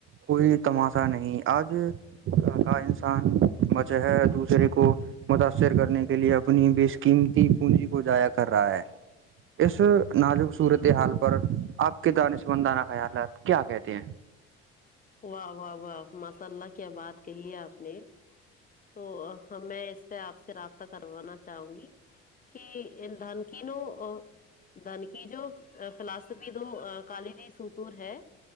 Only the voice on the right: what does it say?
کوئی تماشہ نہیں آج کا انسان بچ ہے دوسرے کو متاثر کرنے کے لیے اپنی بےکیمتی پونجی کو ضائع کر رہا ہے اس ناازک صورت حال پر آپ کے د نسمندانہ خیالات کیا کہتے ہیں